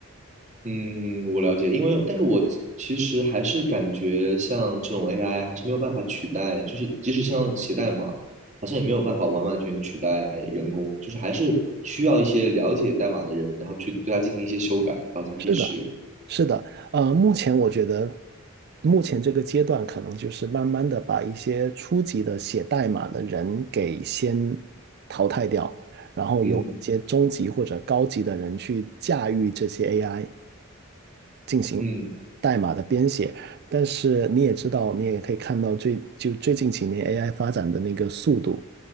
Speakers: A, on the right; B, on the right.
A: 嗯，我了解，因为但是我其实还是感觉像这种 AI 还是没有办法取代，就是即使像写代码，好像也没有办法完完全全取代人工，就是还是需要一些了解代码的人，然后去对它进行一些修改，然后才可以使用。
B: 是的，是的，呃，目前我觉得，目前这个阶段可能就是慢慢的把一些初级的写代码的人给先淘汰掉，然后由一些中级或者高级的人去驾驭这些
A: 嗯
B: AI 进行
A: 嗯，
B: 代码的编写。但是你也知道，你也可以看到最就最近几年 AI 发展的那个速度，